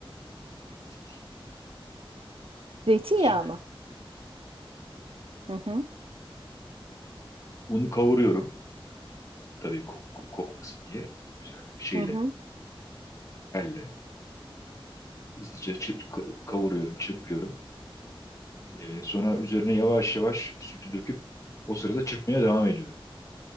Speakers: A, on the left; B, on the right.
A: Zeytinyağı
B: Zeytinyağı
A: azıcık.
B: mı? Hı hı.
A: Unu kavuruyorum. Tabii ko- kokmasın diye. Güzel şeyle,
B: Hı hı,
A: elle. Hızlıca çır- ka- kavuruyorum, çırpıyorum. Ee, sonra üzerine yavaş yavaş sütü döküp o sırada çırpmaya devam ediyorum.